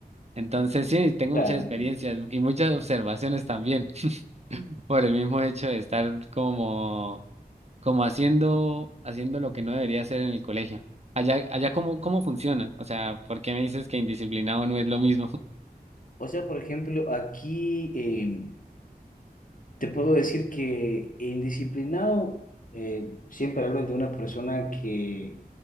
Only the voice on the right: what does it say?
Entonces sí, tengo
muchas experiencias
y muchas observaciones también por el mismo hecho de estar como, como haciendo, haciendo lo que no debería hacer en el colegio. Allá, allá cómo, cómo funciona, o sea, ¿por qué me dices que indisciplinado no es lo mismo? <laughs>